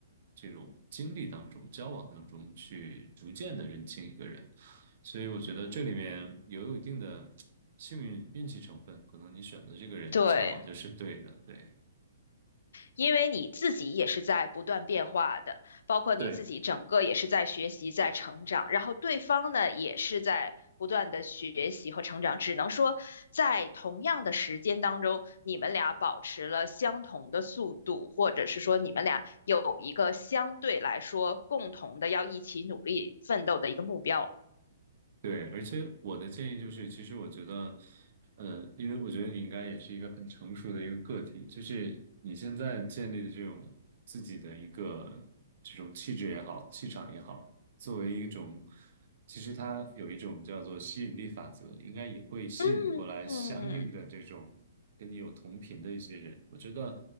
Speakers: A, on the right (about 55°); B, on the left (about 75°).
A: 这种经历当中、交往当中去逐渐的认清一个人。所以我觉得这里面也有一定的幸运运气成分，可能你选的这个人恰好就是对的，
B: 对。
A: 对。
B: 因为你自己也是在不断变化的，包括你自己整个也是在学习、
A: 对，
B: 在成长，然后对方呢也是在不断的学习和成长。只能说，在同样的时间当中，你们俩保持了相同的速度，或者是说你们俩有一个相对来说共同的要一起努力奋斗的一个目标。
A: 对，而且我的建议就是，其实我觉得，呃，因为我觉得你应该也是一个很成熟的一个个体，就是你现在建立的这种自己的一个这种气质也好，气场也好，作为一种，其实它有一种叫做吸引力法则，应该也会吸引过来相应的这种跟你有同频的一些人。
B: 嗯嗯
A: 我觉得，